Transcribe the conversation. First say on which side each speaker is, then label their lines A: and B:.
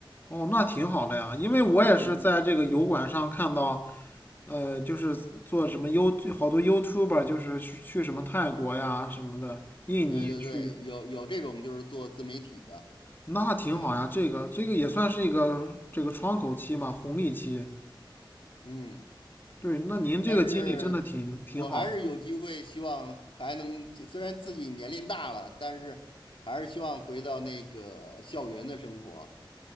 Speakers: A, on the left; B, on the left.
A: 哦，那挺好的呀，因为我也是在这个油管上看到，
B: 嗯，
A: 呃，就是做什么 You 好多 YouTuber 就是去去什么泰国呀什么的，印尼去，
B: 对对对，有有这种就是做自媒体的，
A: 那挺好呀。
B: 嗯
A: 这个这个也算是一个这个窗口期嘛，红利期。
B: 嗯，
A: 对，那您这个经历真的挺挺好的。
B: 但是我还是有机会，希望还能，虽然自己年龄大了，但是还是希望回到那个校园的生活。